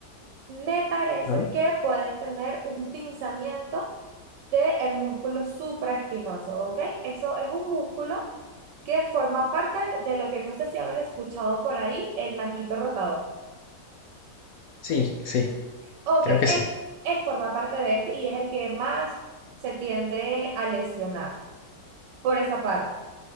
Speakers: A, on the right (about 85°); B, on the left (about 65°).
A: me parece
B: Ah,
A: que puedes tener un pinzamiento del músculo supraespinoso, ¿ok? Eso es un músculo que forma parte de lo que no sé si habrás escuchado por ahí, el manguito rotador.
B: Sí, sí,
A: Ok,
B: creo que
A: él,
B: sí.
A: él forma parte de este y es el que más se tiende a lesionar por esa parte.